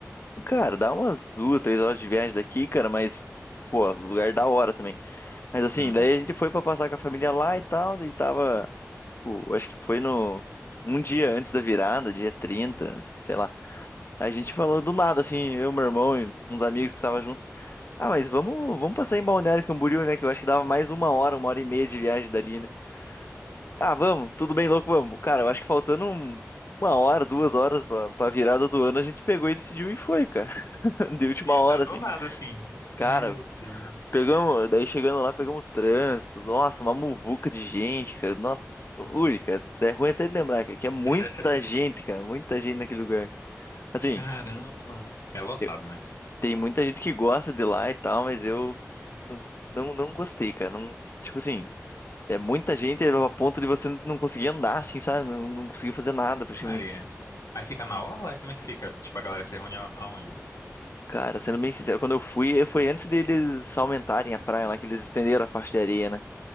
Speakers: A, on the left; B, on the left.
A: Cara, dá umas duas, três horas de viagem daqui, cara, mas, pô, lugar da hora também. Mas assim,
B: Uhum.
A: daí a gente foi pra passar com a família lá e tal, daí tava, pô, acho que foi no, um dia antes da virada, dia 30 sei lá. A gente falou do nada, assim, eu, meu irmão e uns amigos que estavam junto. Ah, mas vamos, vamos passar em Balneário Camboriú, né, que eu acho que dava mais uma hora, uma hora e meia de viagem dali, né. Ah, vamos, tudo bem louco, vamos. Cara, eu acho que faltando um- uma hora, duas horas pra, pra virada do ano, a gente pegou e decidiu e foi, cara, <laughs> de última
B: Eu
A: hora,
B: não dou
A: assim.
B: nada assim.
A: Cara,
B: Meu Deus.
A: Pegamos, daí chegando lá, pegamos trânsito. Nossa, uma muvuca de gente, cara. Nossa, ui, cara, é ruim até de lembrar, cara, que é muita
B: <laughs>
A: gente, cara, muita gente naquele lugar. Assim,
B: Caramba. É lotado,
A: eu-
B: né?
A: tem muita gente que gosta de lá e tal, mas eu não, não gostei, cara. Não, tipo assim, é muita gente a ponto de você não conseguir andar, assim, sabe? Não, não conseguir fazer nada praticamente.
B: Maria. Aí fica na orla? Como é que fica? Tipo, a galera se reúne a- aonde?
A: Cara, sendo bem sincero, quando eu fui, eh, foi antes deles aumentarem a praia lá, que eles estenderam a faixa de areia, né?